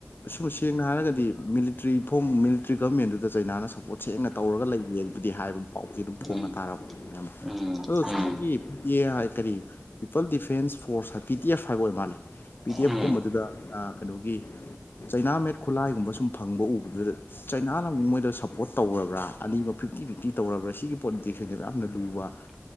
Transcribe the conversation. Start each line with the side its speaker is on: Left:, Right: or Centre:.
Left: ꯑꯨꯝ ꯁꯦꯡꯅ ꯍꯥꯏꯔꯒꯗꯤ ꯃꯤꯂꯤꯇ꯭ꯔꯤ ꯐꯣꯝꯂꯤ ꯇ꯭ꯔꯤ ꯒꯔꯃꯦꯟꯗꯨꯗ ꯆꯩꯅꯥꯅ ꯁꯞꯄꯣꯔꯠ ꯁꯦꯡꯅ ꯇꯧꯔ ꯂꯩꯒꯦ ꯍꯥꯏꯕꯨꯗꯤ ꯍꯥꯏꯕ ꯄꯥꯎꯁ ꯑꯗꯨꯝ ꯐꯣꯡꯅ
Centre: ꯎꯝ
Left: ꯇꯥꯔ ꯑꯃ
Centre: ꯎꯝ
Left: ꯑꯣ
Centre: ꯎꯝ
Left: ꯁꯨꯝ ꯃꯣꯏꯒꯤ ꯀꯔꯤ ꯐꯦꯜ defence force P T F ꯍꯥꯏꯕ ꯑꯣꯏ ꯃꯥꯜꯂꯦ ꯄꯤ ꯤ
Centre: ꯎꯝ
Left: ꯑꯦꯐ
Centre: ꯎꯝ
Left: ꯀꯨꯝꯕꯗꯨꯗ ꯀꯩꯅꯣꯒꯤ ꯆꯩꯅꯥ ꯃꯦꯠ ꯈꯨꯠꯂꯥꯏꯒꯨꯝꯕ ꯁꯨꯝ ꯐꯪꯕ ꯎꯕꯗꯨꯗ ꯆꯩꯅꯥꯅ ꯑꯃꯨꯛ ꯃꯣꯏꯗ ꯁꯞꯄꯣꯔꯠ ꯇꯧꯔꯕ꯭ꯔꯥ ꯑꯅꯤꯃꯛ ꯐꯤꯞꯇꯤ ꯤ ꯇꯧꯔꯕ꯭ꯔ ꯁꯤꯒꯤ ꯄꯣꯠꯠꯇꯗꯤꯦꯦꯡꯅꯗ ꯂꯨꯕ